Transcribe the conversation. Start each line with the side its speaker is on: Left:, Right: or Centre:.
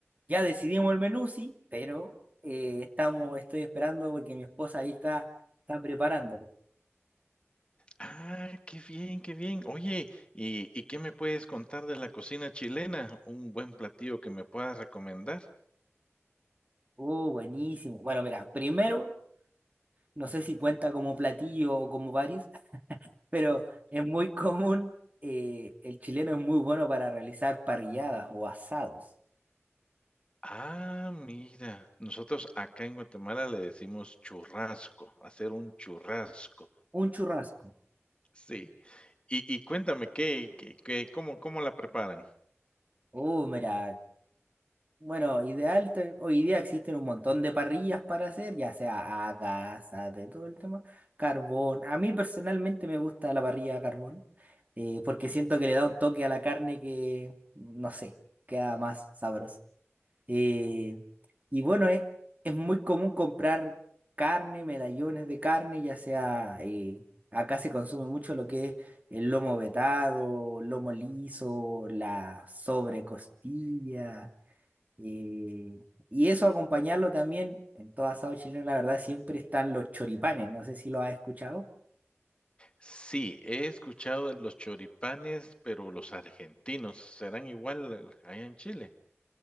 Right: ya decidimos el menú, sí, pero eh, estamos, estoy esperando porque mi esposa ahí está, está preparándolo.
Left: Ah, qué bien, qué bien. Oye, ¿y, y qué me puedes contar de la cocina chilena? ¿Un buen platillo que me puedas recomendar?
Right: Oh, buenísimo. Bueno, mira, primero, no sé si cuenta como platillo o como varios, pero es muy común, eh, el chileno es muy bueno para realizar parrilladas o asados.
Left: Ah, mira, nosotros acá en Guatemala le decimos churrasco, hacer un churrasco.
Right: Un churrasco.
Left: Sí. Y, y cuéntame, ¿qué, qué, qué- cómo, cómo la preparan?
Right: Oh, mira. Bueno, ideal, te- hoy día existen un montón de parrillas para hacer, ya sea a gas, a de todo el tema, carbón. A mí personalmente me gusta la parrilla a carbón, eh, porque siento que le da un toque a la carne que, no sé, queda más sabroso. Eh, y bueno, es, es muy común comprar carne, medallones de carne, ya sea, eh, acá se consume mucho lo que es el lomo vetado, lomo liso, la sobrecostilla. Y, y eso acompañarlo también, en todo asado chileno, la verdad, siempre están los choripanes. No sé si lo has escuchado.
Left: Sí, he escuchado de los choripanes, pero los argentinos, ¿serán igual allá en Chile?